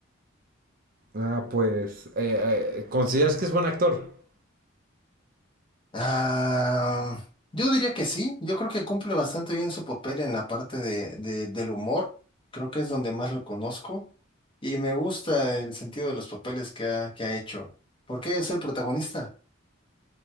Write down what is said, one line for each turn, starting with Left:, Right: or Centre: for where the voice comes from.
Right: Ah, pues, eh, eh, ¿consideras que es buen actor?
Left: Ah, yo diría que sí, yo creo que cumple bastante bien su papel en la parte de, de- del humor, creo que es donde más lo conozco y me gusta el sentido de los papeles que ha, que ha hecho, porque es el protagonista,